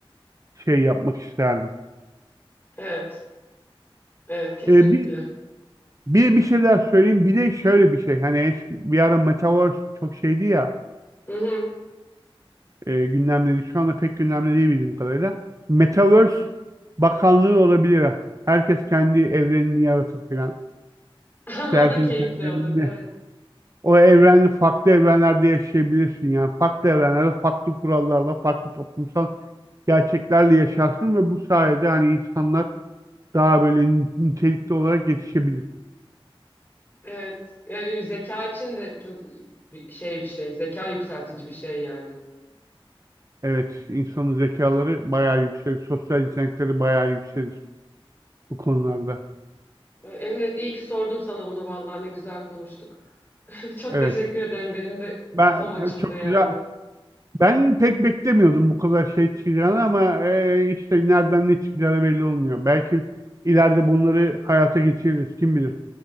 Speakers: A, on the right; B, on the left.
A: şey yapmak isterdim.
B: Evet, evet kesinlikle.
A: Ee, bir, bir bir şey daha söyleyeyim. Bir de şöyle bir şey. Hani eski- bir ara Metaverse çok şeydi ya.
B: Hı hı.
A: e, gündemde Şu anda pek gündemde değil bildiğim kadarıyla. Metaverse Bakanlığı olabilir. ha. Herkes kendi evrenini yaratır falan.
B: <laughs>
A: İşte
B: O
A: herkesin
B: da keyifli
A: kendi evrenini-
B: olur, evet.
A: O evren farklı evrenlerde yaşayabilirsin yani. Farklı evrenlerde farklı kurallarla, farklı toplumsal gerçeklerle yaşarsın ve bu sayede hani insanlar daha böyle nitelikli olarak yetişebilir.
B: Evet. Yani zeka için de çok bir şey bir şey. Zeka yükseltici bir şey yani.
A: Evet, insanın zekaları bayağı yükselir. Sosyal yetenekleri bayağı yükselir bu konularda.
B: E, Emre iyi ki sordum sana bunu vallahi ne güzel konuştuk. <laughs> Çok
A: Evet.
B: teşekkür ederim. Benim de
A: Ben
B: kafam açıldı
A: çok
B: yani.
A: güzel Ben pek beklemiyordum bu kadar şey çıkacağını ama e, işte nereden ne çıkacağı belli olmuyor. Belki ileride bunları hayata geçiririz. Kim bilir?